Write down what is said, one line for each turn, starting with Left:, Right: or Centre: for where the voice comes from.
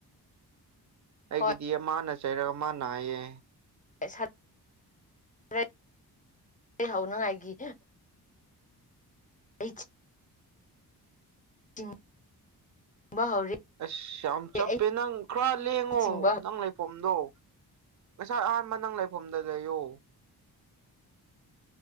Right: ꯑꯩꯒꯤꯗꯤ
Left: ꯍꯣꯏ
Right: ꯃꯥꯅ ꯆꯩꯔ ꯃꯥ ꯍꯥꯏꯌꯦ
Left: <unintelligible> ꯍꯥꯎꯅꯉꯥꯏꯒꯤ ꯑꯩ <unintelligible> ꯆꯤꯡ ꯕ ꯍꯧꯔꯦ
Right: ꯑꯁ ꯌꯥꯝ ꯆꯞꯄꯦ
Left: ꯑꯩ
Right: ꯅꯪ ꯈꯔ ꯂꯦꯡꯉꯣ
Left: ꯆꯤꯡꯕ
Right: ꯅꯪ ꯂꯩ ꯐꯝꯗꯣ ꯉꯁꯥꯏ ꯑꯍꯥꯟꯕ ꯅꯪ ꯂꯩꯐꯝꯗ ꯂꯩꯌꯣ꯫